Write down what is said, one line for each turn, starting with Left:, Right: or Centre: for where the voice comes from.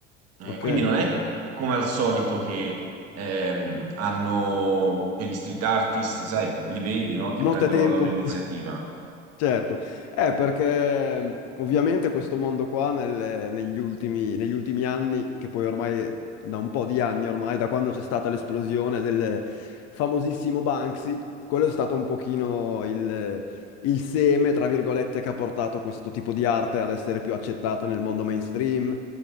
Right: Eh,
Left: ok.
Right: quindi non è come al solito che ehm, hanno per gli street artist, sai, li vedi, no? Che
Left: Notte
Right: prendono
Left: e tempo.
Right: la loro iniziativa.
Left: Certo, eh, perché mh, ovviamente questo mondo qua nel- negli ultimi, negli ultimi anni, che poi ormai da un po' di anni ormai, da quando c'è stata l'esplosione del famosissimo Banksy, quello è stato un pochino il, il seme, tra virgolette, che ha portato questo tipo di arte ad essere più accettata nel mondo mainstream